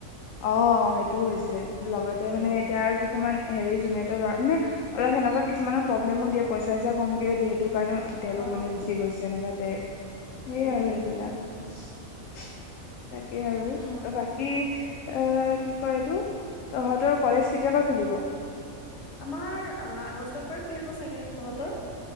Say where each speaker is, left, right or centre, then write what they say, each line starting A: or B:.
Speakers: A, on the left (about 70°); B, on the left (about 55°).
A: অ অ সেইটোও হৈছে লগতে
B: সেইটোৱে
A: মানে এতিয়া আৰু কিছুমান? হেৰি জমেট' লৰা মানে অলপ সেনেৱা কিছুমানৰ প্ৰব্লেমো দিয়ে পইচা চইচামকে দিয়ে সেইটো? কাৰণে তেওঁলোক
B: অ
A: মানে গুচি গৈছে এনেকুৱা? টাইপ? সেই
B: সেইটোৱে
A: আৰু এই বিলাক? <inaudible> <unintelligible> তাকে আৰু
B: হা
A: বাকী। এ কি কয় এইটো তহঁতৰ কলেজ কেতিয়াপা খুলিব?
B: আমাৰ আগষ্টৰ পৰাই খুলিব চাগে তহঁতৰ?